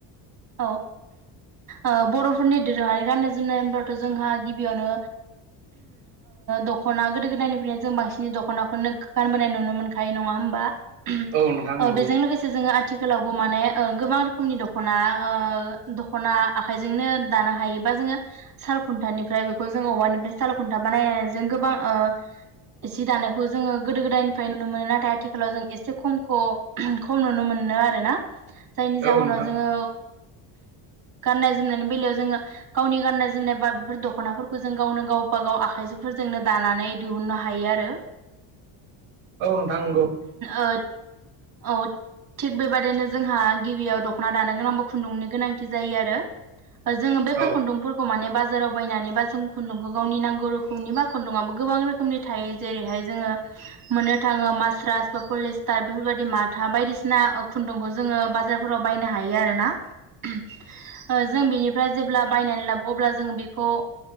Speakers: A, on the right (about 45°); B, on the right (about 75°).
A: औ ओ बर'फोरनि दोरोङारि गाननाय जोमनाय होनब्लाथ' जोंहा गिबियावनो दख'ना गोदो गोदायनिफ्रायनो जों बांसिन दख'नाखौनो गानबोनाय नुनो मोनखायो नङामोन। बा
B: औ नोंथां नंगौ
A: बेजों लोगोसे जोङो आथिखालावबो माने गोबां रोखोमनि दख'ना ओ दखना आखायजोंनो दानो हायोबा जोङो साल खुन्थानिफ्राय बेखौ जों औवानि फ्राय साल खुन्था माने जों गोबां ओ जि दानायखौ जोङो गोदो गोदायनिफ्राय नुनो मोनो नाथाय आथिखालाव जों एसे खमखौ खम नुनो मोनो। मोनो आरोना जायनि
B: औ
A: जाहोनाव
B: नोंथां
A: जोङो। गाननाय जोमनायनि बेलायाव जोङो गावनि गाननाय जोमनाय बा बेफोर दख'नाफोरखौ जों गावनो गावबा गाव आखाइजों। फोरजोंनो दानानै दिहुननो हायो आरो।
B: औ नोंथां नंगौ।
A: ओ औ थिग बेबायदिनो जोंहा गिबियाव दख'ना दानो गोनां। खुन्दुंनि गोनांथि जायो आरो जोङो बेफोर
B: औ
A: खुन्दुंफोरखौ माने बाजार। बाजाराव बायनानै बा जों खुन्दुंखौ गावनि नांगौ रोखोमनि बा खुन्दुंआबो गोबां रोखोमनि थायो जेरैहाय जोङो। मोननो थाङो मास्रास बा पलिस्टार बेफोरबायदि माथा बायदिसिना खुन्दुंखौ जोङो बाजार फोराव बायनो हायो आरोना। ओ जों बेनिफ्राय जेब्ला बायनानै लाबो अब्ला जों बेखौ